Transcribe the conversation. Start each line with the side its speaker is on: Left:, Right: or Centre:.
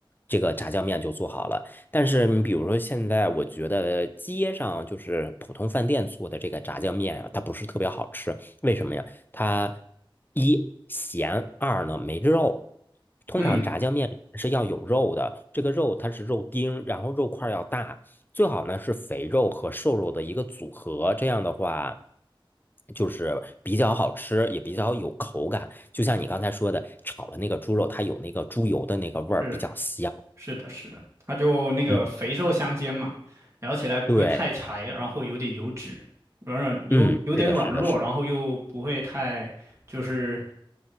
Left: 这个炸酱面就做好了。但是你比如说现在，我觉得街上就是普通饭店做的这个炸酱面啊，它不是特别好吃，为什么呀？它一咸，二呢没肉。通常炸酱面是要有肉的，
Right: 嗯，
Left: 这个肉它是肉丁，然后肉块儿要大，最好呢是肥肉和瘦肉的一个组合，这样的话就是比较好吃，也比较有口感。就像你刚才说的，炒了那个猪肉，它有那个猪油的那个味儿，
Right: 是
Left: 比较香。
Right: 是的，是的，它就那个肥瘦相间嘛，
Left: 嗯，
Right: 咬起来不会太柴，
Left: 对，
Right: 然后有点油脂，软软有有点软糯，
Left: 嗯，是的，是的，是的。
Right: 然后又不会太就是